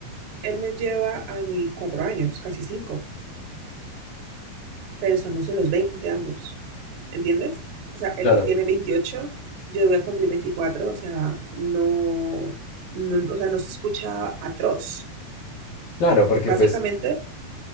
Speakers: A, on the right; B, on the left.
A: él me lleva a mí cuatro años, casi cinco, pero estamos en los 20 ambos, ¿entiendes? O sea, él
B: claro,
A: tiene 28, yo voy a cumplir 24. o sea, no, no, o sea, no se escucha atroz.
B: claro, porque
A: Básicamente,
B: pues